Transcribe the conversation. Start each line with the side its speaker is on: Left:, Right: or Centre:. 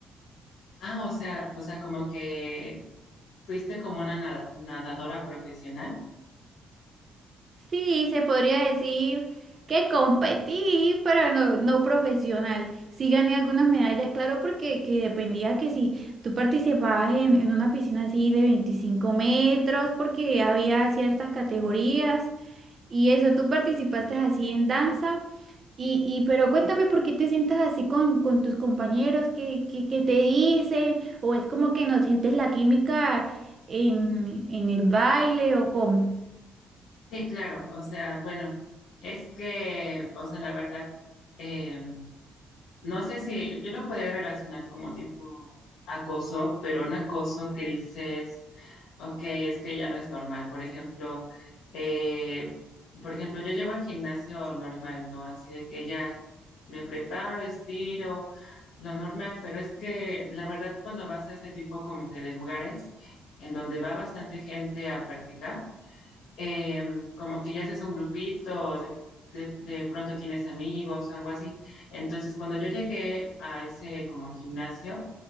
Left: Ah, o sea, o sea, como que fuiste como una na- nadadora profesional.
Right: Sí, se podría decir que competí, pero no, no profesional. Sí gané algunas medallas, claro, porque que dependía que si tú participabas en, en una piscina así de 25 metros, porque había ciertas categorías. Y eso, tú participaste así en danza. Y, y pero cuéntame por qué te sientas así con, con tus compañeros, qué, qué, qué te dicen, o es como que no sientes la química en, en el baile o cómo.
Left: Sí, claro, o sea, bueno, es que, o sea, la verdad, eh, no sé si yo lo podría relacionar como tipo acoso, pero un acoso que dices Ok, es que ya no es normal. Por ejemplo, eh, por ejemplo, yo llevo al gimnasio normal, ¿no? Así de que ya me preparo, estiro, lo normal, pero es que la verdad cuando vas a este tipo como que de lugares en donde va bastante gente a practicar, eh, como que ya haces un grupito, de, de- de pronto tienes amigos, algo así. Entonces, cuando yo llegué a ese como gimnasio,